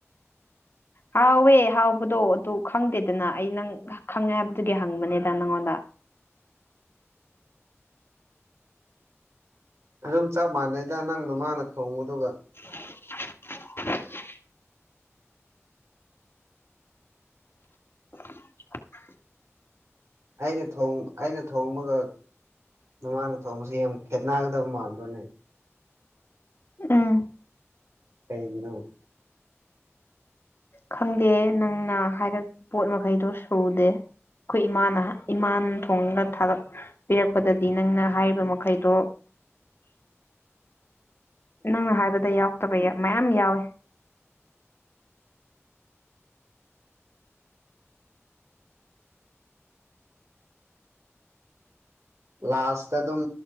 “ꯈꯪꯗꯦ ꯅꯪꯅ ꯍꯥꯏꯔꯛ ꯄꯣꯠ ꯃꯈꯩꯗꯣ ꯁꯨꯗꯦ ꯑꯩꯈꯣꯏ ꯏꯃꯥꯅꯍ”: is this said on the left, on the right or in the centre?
Left